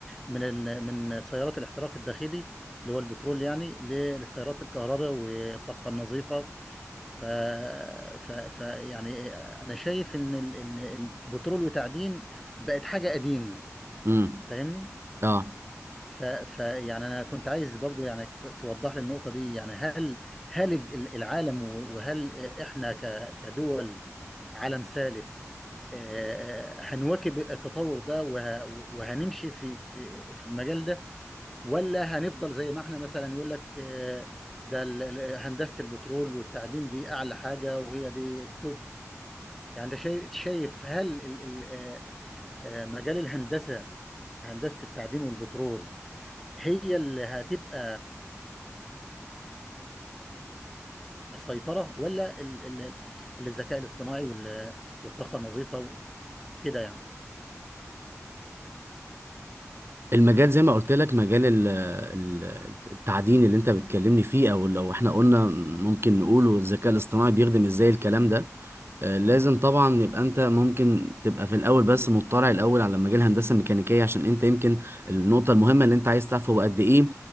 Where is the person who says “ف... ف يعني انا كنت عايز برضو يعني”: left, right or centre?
Centre